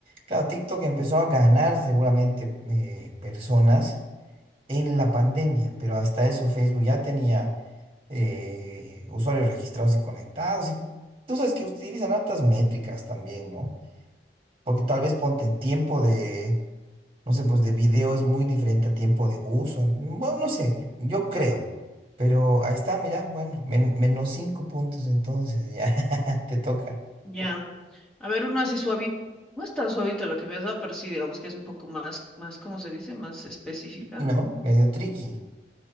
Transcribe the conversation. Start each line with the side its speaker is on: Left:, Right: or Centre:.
Right: claro, TikTok empezó a ganar seguramente eh, personas en la pandemia, pero hasta eso Facebook ya tenía eh, usuarios registrados y conectados. Y tú sabes que utilizan altas métricas también, ¿no? Porque tal vez ponte en tiempo de, no sé, pues de video es muy diferente a tiempo de uso. en- Bueno, no sé, yo creo. Pero ahí está, mira, bueno, men- menos cinco puntos entonces, ya <laughs> te toca.
Centre: Ya. A ver, uno así suavito. No es tan suavito lo que me has dado, pero sí, digamos que es un poco más, más, ¿cómo se dice? Más específica.
Right: Y no, medio tricky.